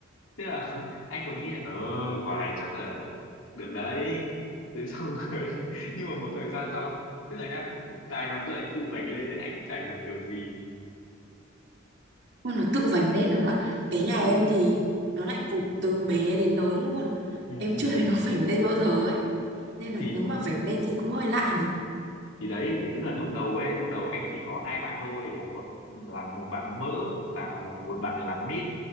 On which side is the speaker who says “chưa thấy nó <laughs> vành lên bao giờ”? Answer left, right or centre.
Right